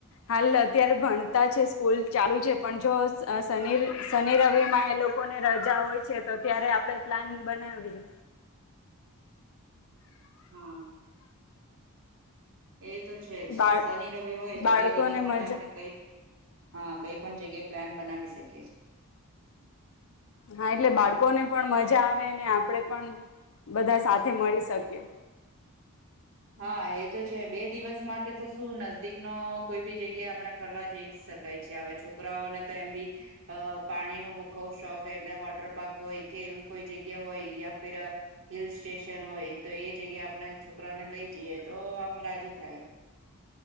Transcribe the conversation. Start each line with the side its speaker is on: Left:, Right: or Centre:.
Left: હાલ અત્યારે ભણતા છે સ્કૂલ ચાલુ છે પણ જો અહ શનિ શનિ રવિ માં એ લોકોને રજા હોય છે તો ત્યારે આપણે પ્લાન બનાવીએ.
Right: હા એ તો છે જ
Left: બા
Right: શનિ રવિ હોય તો
Left: બાળકોને
Right: બે દિવસ માટે
Left: મજા
Right: આપણે કઈ હા, કઈ પણ જગ્યાએ પ્લાન બનાવી શક
Left: હા, એટલે બાળકો ને પણ મજા આવે ને આપડે પણ બધા સાથે મળી શકીએ.
Right: હા, એ તો છે બે દિવસ માટે તો શું નજદીક નો કોઈ બી જગ્યા આપણે ફરવા જઈ જ શકાય છે. હવે છોકરાઓને તો એમ બી અહ પાણી નો બુખવ શોખ એટલે વોટર પાર્ક હોય કે એવી કોઈ જગ્યા હોય યા ફર અહ હિલ સ્ટેશન હોય તો એ જગ્યા આપણે છોકરાને જીયે તો આમ રાજી થાય.